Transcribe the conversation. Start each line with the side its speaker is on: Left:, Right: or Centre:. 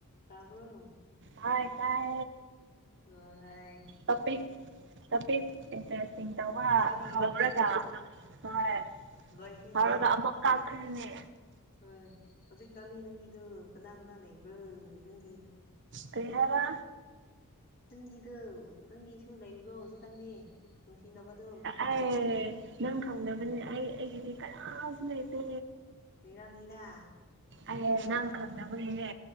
Left: ꯇꯥꯕ꯭ꯔꯣ
Right: ꯍ ꯇꯥꯏ
Left: ꯍ
Right: ꯇꯄꯤꯦ ꯇꯄꯤꯦ ꯏꯇꯦ ꯁꯤꯡ ꯇꯧꯕ
Left: ꯏꯕꯥꯅꯤꯒꯤ
Right: ꯍꯧꯔꯒ
Left: ꯇꯣꯄꯤꯛꯇꯨ
Right: ꯍꯣꯏ
Left: ꯂꯣꯏꯈ꯭ꯔꯦꯅꯦ
Right: ꯍꯧꯔꯒ ꯑꯃꯛ ꯀꯥꯈꯅꯦ
Left: ꯍꯣꯏ ꯍꯧꯖꯤꯛꯀꯥꯟꯅꯤ ꯅꯪꯒꯤꯗꯨ ꯀꯅꯥ ꯀꯅꯥ ꯂꯩꯕ꯭ꯔꯥ ꯅꯪꯒꯤ
Right: ꯀꯦ ꯍꯥꯏꯔ
Left: ꯅꯪꯒꯤꯗꯨ ꯅꯪꯒꯤꯁꯨ ꯂꯩꯕ꯭ꯔꯣ ꯍꯧꯖꯤꯛꯀꯥꯟꯗꯤ ꯅꯨꯡꯁꯤꯅꯕꯗꯣ
Right: ꯑꯦ ꯅꯪ ꯈꯪꯗꯕꯅꯦ ꯑꯩ ꯑꯩꯒꯤꯗꯤ ꯀꯅꯥꯁꯨ ꯂꯩꯇꯦ
Left: ꯃꯤꯔꯥ ꯅꯗꯥ
Right: ꯑꯦ ꯅꯪ ꯈꯪꯅꯕꯒꯤꯅꯦ